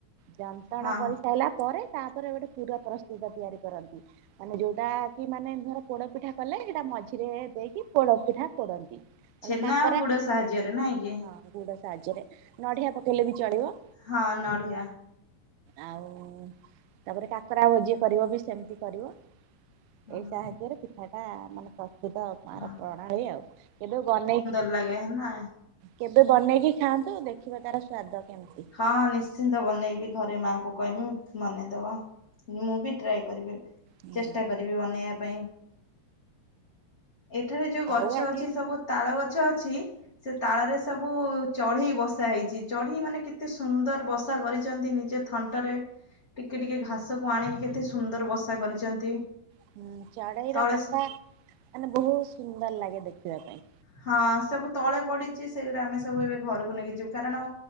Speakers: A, on the right; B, on the left.
A: ଯନ୍ତଣା
B: ହଁ
A: କରିସାରିଲା ପରେ ତାପରେ ଗୋଟେ ପୁର ପ୍ରସ୍ତୁତ ତିଆରି କରନ୍ତି। ମାନେ ଯୋଉଟା କି ମାନେ ଧର ପୋଡପିଠା କଲେ ହେଟା ମଝିରେ ଦେଇକି ପୋଡପିଠା ପୋଡନ୍ତି। ନହେଲେ
B: ଛେନା
A: କାକରା
B: ଆଉ ଗୁଡ ସାହାଯ୍ୟରେ ନାଇଁକି?
A: ହଁ ଗୁଡ଼ ସାହାଯ୍ୟରେ ନଡିଆ ପକେଇଲେ ବି ଚଳିବ।
B: ହଁ ନଡ଼ିଆ।
A: ଆଉ ତାପରେ କାକରା ଭୋଜି କରିବ ବି ସେମିତି କରିବ।
B: ହଁ
A: ଏଇ ସାହାଯ୍ୟରେ ପିଠାଟା ମାନେ ପ୍ରସ୍ତୁତ ମାର
B: ହଁ
A: ପ୍ରଣାଳୀ ଆଉ, କେବେ ବନେଇକି
B: <inaudible>
A: କେବେ ବନେଇକି ଖାଆନ୍ତୁ ଦେଖିବ ତାର ସ୍ଵାଦ କେମିତି।
B: ହଁ ନିଶ୍ଚିନ୍ତ ବନେଇବି ଘରେ ମାଙ୍କୁ କହିବି ବନେଇଦବ। ମୁଁ ବି ଟ୍ରାଏ କରିବି
A: ହୁଁ
B: ଚେଷ୍ଟା କରିବି ବନେଇବା ପାଇଁ। ଏଠାରେ ଯୋଉ ଗଛ
A: ଆଉ ଆଜି
B: ଅଛି ସବୁ ତାଳ ଗଛ ଅଛି। ସେ ତାଳରେ ସବୁ ଚଢେଇ ବସା ହେଇଛି ଚଢେଇ ମାନେ କେତେ ସୁନ୍ଦର ବସା କରିଛନ୍ତି ନିଜ ଥଣ୍ଟରେ ଟିକେ ଟିକେ ଘାସକୁ ଆଣିକି କେତେ ସୁନ୍ଦର ବସା କରିଛନ୍ତି?
A: ହୁଁ ଚଢେଇର
B: ତଳେ
A: ବସା ମାନେ ବହୁତ ସୁନ୍ଦର ଲାଗେ ଦେଖିବା ପାଇଁ।
B: ହଁ ସବୁ ତଳେ ପଡିଛି ସେଇଗୁରା ଆମେ ସବୁ ଏବେ ଘରକୁ ନେଇକି ଯିବୁ କାରଣ